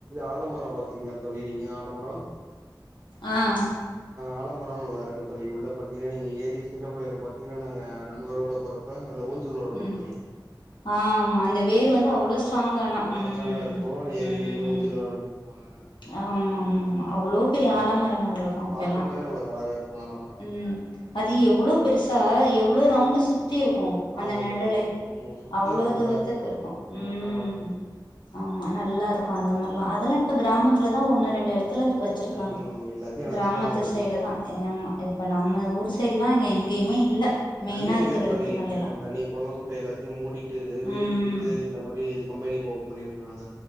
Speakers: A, on the right; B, on the left.
A: ஆலமரோ பாத்துறீங்களா தோழி நீங்க ஆலமரோ
B: ஆ
A: ஆலமரோ நல்லாருக்கு தோழி உள்ள பாத்தீங்கன்னா நீங்க ஏரிய சின்ன பிள்ளைல பாத்தீங்கன்னா நாங்க நண்பர்களோட போறப் அதுல ஊஞ்சல் விளாடுவோ
B: ம்
A: தோழி
B: ஆமா அந்த வேர்
A: அ
B: வந்து அவ்ளோ ஸ்ட்ராங் ஆனா
A: அவ்ளோ
B: ம்
A: ஸ்ட்ராங்கா இருக்கு ஏறி
B: ம்
A: இன்னு ஊஞ்சல போனாங்க
B: ஆமா ஆமா ஆமா அவ்ளோ பெரிய ஆலமரங்கள் இருக்கு அப்பல்லா
A: பாக்கும் போதே அவ்ளோக்கு அழகா இருக்கும் ஆலமரம்
B: ம் அது
A: ம்
B: எவ்ளோ பெருசா எவ்வளோ ரவுண்ட்டு சுத் த்தி இருக்கு அந்த
A: ஆமா
B: நிழலே
A: தோழி ஆமா ம் சுத்தி
B: அவ்ளோ
A: ரவுண்டா
B: தூரத்துக்கு
A: இருக்கும் தோழி
B: இருக்கு ம்
A: வட்டமா இருக்கும்
B: ஆ ஆமா நல்லா இருக்கு அந்த மாரிலா அதெல்லா இப்ப கிராமத்துலதா ஒண்ணு ரெண்டு எடத்துல வச்சிருக்காங்க
A: ம் எல்லாத்தையும் அழிச்சுட்டாங்க
B: கிராமத்து
A: தோழி
B: சைடு தா ஏமா இப்ப நம்ம ஊர் சைடுல்லா இங்க எங்கேயுமே இல்ல மெயினா
A: தண்ணி
B: இருக்கிற
A: இல்ல தோழி
B: எடத்துங்கள் எல்லா
A: தண்ணி கொளம் குட்ட எல்லாத்தையு மூடிட்டு வீடு
B: ம்
A: கட்டிட்டு இந்த மாரி இதுக்கம் வெளிய போ முடியறது நாள